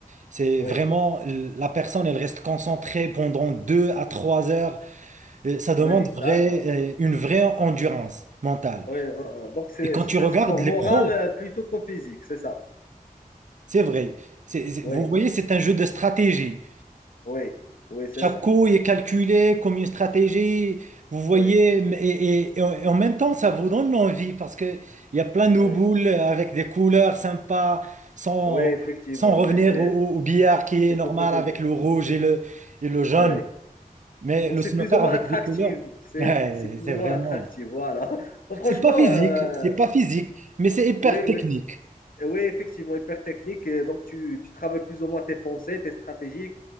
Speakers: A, on the right; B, on the left.
A: c'est
B: Oui,
A: vraiment la personne, elle reste concentrée pendant deux à trois heures Euh, Ça
B: oui,
A: demande
B: d'accord.
A: vrai- euh, une vraie endurance mentale.
B: Oui, euh, euh, donc, c'est
A: Et quand
B: c'est
A: tu regardes
B: un sport
A: les
B: moral
A: pros,
B: euh, plutôt qu'au physique, c'est ça.
A: c'est vrai. C'est- c'est-
B: Oui,
A: vous voyez, c'est un jeu de stratégie.
B: oui, oui,
A: Chaque
B: c'est ça.
A: coup est calculé comme une stratégie. Vous voyez,
B: Oui,
A: m- et, et- et en et en même temps, ça vous donne envie parce qu'il y a plein de
B: oui,
A: boules avec des couleurs sympas, sans,
B: oui, effectivement.
A: sans revenir
B: Oui, c'est
A: au, au- au billard qui est
B: c'est
A: normal
B: quelque chose.
A: avec le rouge et le, et le jaune.
B: Oui.
A: Mais
B: Donc,
A: le
B: c'est
A: snooker
B: plus ou moins
A: avec
B: attractif.
A: des couleurs, <laughs>
B: C'est
A: ouais,
B: c'est plus
A: c'est
B: ou
A: vraiment.
B: moins attractif. Voilà. <laughs> Bon, franchement,
A: C'est pas physique,
B: euh,
A: c'est pas physique, mais c'est hyper
B: oui,
A: technique.
B: oui. oui, effectivement, hyper technique. Et donc, tu, tu travailles plus ou moins tes pensées, tes stratégies.